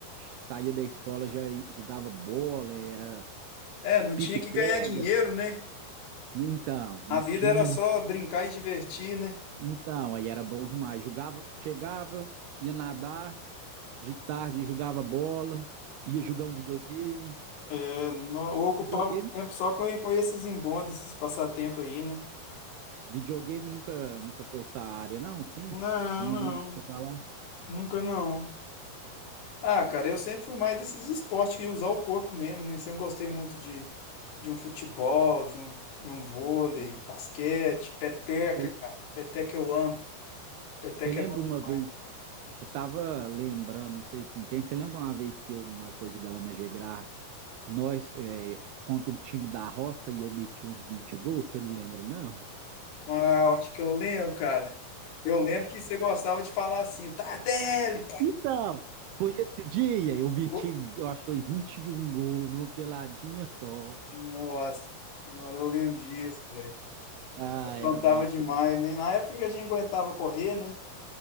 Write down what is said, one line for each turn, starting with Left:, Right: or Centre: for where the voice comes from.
Right: saía da escola, já jogava bola, era
Left: É, não tinha
Right: pique-pega.
Left: que ganhar dinheiro, né?
Right: Então, não
Left: A vida
Right: tinha,
Left: era só
Right: né?
Left: brincar e divertir, né?
Right: Então, aí era bom demais. Jogava, chegava, ia nadar, de tarde jogava bola, ia jogar um videogame.
Left: É, nó- eu ocupava
Right: Videogame,
Left: o tempo só com, com esses embondes, esses passatempos aí, né?
Right: videogame nunca, nunca foi essa área, não, sim.
Left: Não,
Right: Eu não
Left: não,
Right: lembro de você falar.
Left: nunca não. Ah, cara, eu sempre fui mais desses esportes que usar o corpo mesmo, né? Sempre gostei muito de, de um futebol, de um, de um vôlei,
Right: Eu-
Left: basquete, peteca,
Right: Você
Left: cara. Peteca eu amo. Peteca
Right: você lembra
Left: é bom demais.
Right: uma vez? Eu tava lembrando, não sei com quem, você lembra uma vez que eu- nós foi jogar lá na Gegraf, nós é, contra o time da roça e eu meti uns 20 gols, você não lembra, não?
Left: Ah, eu acho que eu lembro, cara. Eu lembro que você gostava de falar assim, Tardelli,
Right: Então, foi esse dia, eu meti,
Left: pô.
Right: eu acho que foi 21 gols numa peladinha só.
Left: Nossa, senhora, eu lembro disso, velho.
Right: Ah,
Left: Aprontava
Right: era massa
Left: demais,
Right: demais.
Left: né? Na época que a gente aguentava correr, né?